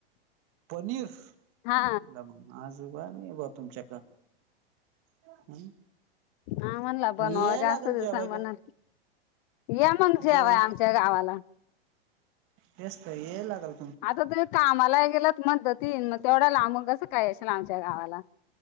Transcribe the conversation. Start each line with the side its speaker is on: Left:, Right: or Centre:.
Right: पनीर
Left: हा
Right: <unintelligible> आज बारी ग तुमच्या का? हम्म.
Left: आ, म्हणला बनवा
Right: मग याय
Left: जास्त
Right: लागेल
Left: सगळांना
Right: जेवायला
Left: ये मग जेवाय
Right: जेवण
Left: आमच्या या गावाला.
Right: तेस तर ये लागल.
Left: आता तुम्ही कामाला गेलत म्हणत तीन मग तेवढा लांबुन कसं काय येशील ना आमच्या गावाला?